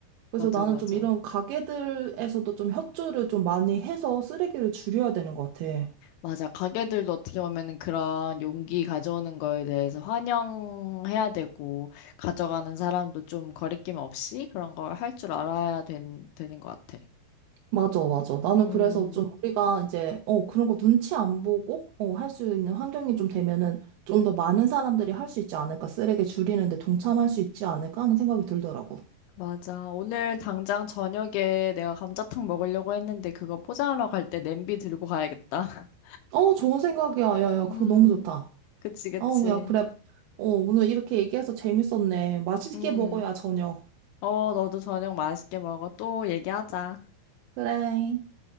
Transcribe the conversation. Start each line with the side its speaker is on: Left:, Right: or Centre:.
Right: 그래서
Left: 맞아,
Right: 나는
Left: 맞아.
Right: 좀 이런 가게들에서도 좀 협조를 좀 많이 해서 쓰레기를 줄여야 되는 것 같아.
Left: 맞아. 가게들도 어떻게 보면은 그런 용기 가져오는 거에 대해서 환영해야 되고, 가져가는 사람도 좀 거리낌 없이 그런 걸 할 줄 알아야 된, 되는 것 같아.
Right: 맞아, 맞아. 나는
Left: 음,
Right: 그래서 좀 우리가 이제, 어, 그런 거 눈치 안 보고, 어, 할 수 있는 환경이 좀 되면은 좀 더 많은 사람들이 할 수 있지 않을까. 쓰레기 줄이는데 동참할 수 있지 않을까 하는 생각이 들더라고.
Left: 맞아. 오늘 당장 저녁에 내가 감자탕 먹으려고 했는데 그거 포장하러 갈 때 냄비 들고 가야겠다. <laughs>
Right: 어, 좋은 생각이야. 야, 야,
Left: 음,
Right: 그거 너무 좋다.
Left: 그치, 그치.
Right: 어, 야, 그래. 어, 오늘 이렇게 얘기해서 재밌었네. 맛있게
Left: 음,
Right: 먹어야 저녁.
Left: 어, 너도 저녁 맛있게 먹어. 또 얘기하자.
Right: 그래.